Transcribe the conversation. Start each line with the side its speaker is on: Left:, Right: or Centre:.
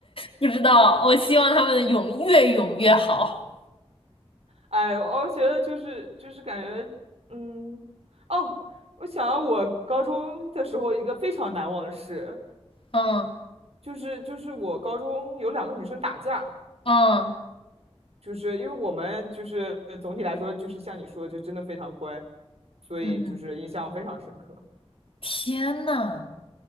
Left: 不知道，我希望他们勇越勇越好。
Right: 哎，我觉得就是就是感觉，嗯，哦，我想到我高中的时候一个非常难忘的事。
Left: 嗯
Right: 就是就是我高中有两个女生打架，
Left: 嗯
Right: 就是因为我们就是呃总体来说就是像你说的，就真的非常乖，所以就是印象非常深刻。
Left: 嗯，天呐，